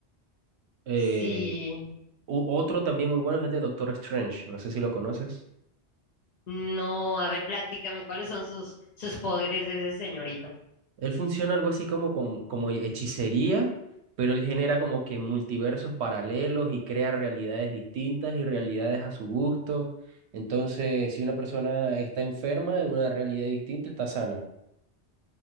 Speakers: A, on the right; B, on the left.
A: Eh,
B: Sí,
A: u- otro también muy bueno es el de Doctor Strange, no sé si lo conoces.
B: no, a ver, platícame, ¿cuáles son sus, sus poderes de ese señorito?
A: Él funciona algo así como, con- como hechicería, pero él genera como que multiversos paralelos y crea realidades distintas y realidades a su gusto. Entonces, si una persona está enferma en una realidad distinta, está sana.